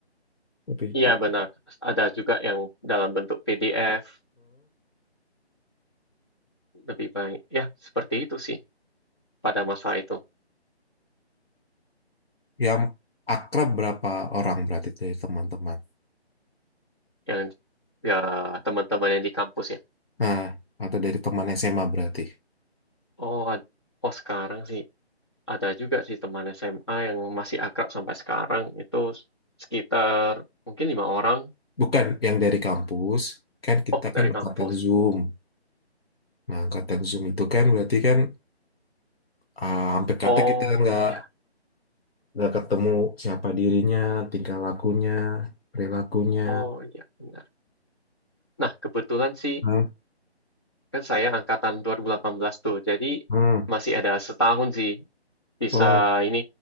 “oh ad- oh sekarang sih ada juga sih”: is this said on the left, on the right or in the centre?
Left